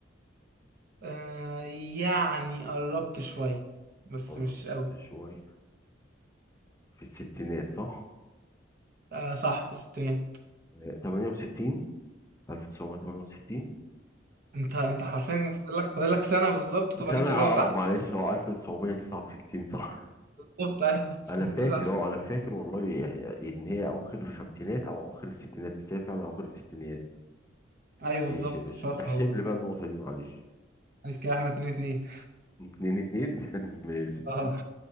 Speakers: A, on the right; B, on the left.
A: آه يعني قربت شوية بس
B: قربت
A: مش قوي
B: شوية في الستينات صح
A: آه صح في الستينات
B: آه، 68 1968
A: أنت أنت حرفيا فاضل لك فاضل لك سنة بالظبط تبقى
B: سنة
A: جبت
B: اه
A: الإجابة صح
B: اه معلش هو 1969 صح
A: بالظبط أيوه
B: انا
A: <laughs>
B: فاكر
A: تسع سنين.
B: اه انا فاكر والله ان هي اواخر الخمسينات او اواخر الستينات بس هي فعلا اواخر الستينات
A: أيوه
B: ماشي
A: بالظبط
B: يا باشا
A: شاطر
B: احسب
A: والله
B: لي بقى النقطة دي معلش
A: ماشي كده إحنا اتنين اتنين
B: اتنين اتنين <laughs> ماشي
A: أه